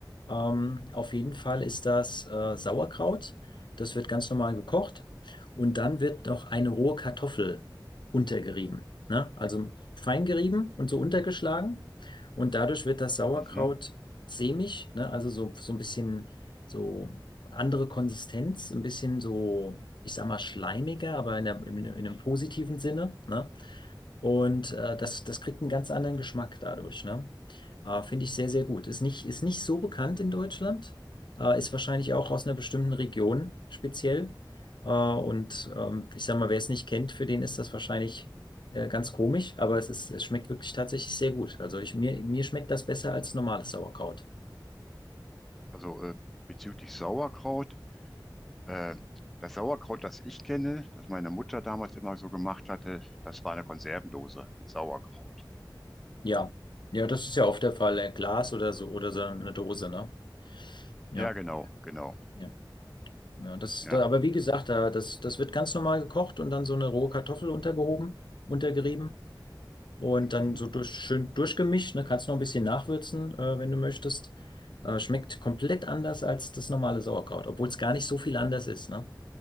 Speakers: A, on the left; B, in the centre.
A: Ähm, auf jeden Fall ist das äh, Sauerkraut. Das wird ganz normal gekocht und dann wird noch eine rohe Kartoffel untergerieben, ne? Also fein gerieben und so untergeschlagen und dadurch wird das Sauerkraut
B: Mhm.
A: sämig, ne? Also so, so ein bisschen so andere Konsistenz, ein bisschen so, ich sag mal schleimiger, aber in, der, in, in einem positiven Sinne, ne? Und äh, das, das kriegt einen ganz anderen Geschmack dadurch, ne? Äh, finde ich sehr, sehr gut. Ist nicht, ist nicht so bekannt in Deutschland, äh, ist wahrscheinlich auch aus einer bestimmten Region speziell. Äh, und ähm, ich sag mal, wer es nicht kennt, für den ist das wahrscheinlich äh, ganz komisch, aber es ist, es schmeckt wirklich tatsächlich sehr gut. Also ich, mir, mir schmeckt das besser als normales Sauerkraut.
B: Also äh, bezüglich Sauerkraut, äh, das Sauerkraut, das ich kenne, das meine Mutter damals immer so gemacht hatte, das war eine Konservendose mit Sauerkraut.
A: Ja. Ja, das ist ja oft der Fall. Ein Glas oder so oder so eine Dose, ne? Ja,
B: Ja, genau, genau.
A: ja. Ja, das,
B: Ja,
A: da, aber wie gesagt, da, das, das wird ganz normal gekocht und dann so eine rohe Kartoffel untergehoben, untergerieben. Und
B: mhm.
A: dann so durch, schön durchgemischt, ne? Kannst noch ein bisschen nachwürzen, äh, wenn du möchtest. Äh, schmeckt komplett anders als das normale Sauerkraut, obwohl es gar nicht so viel anders ist, ne?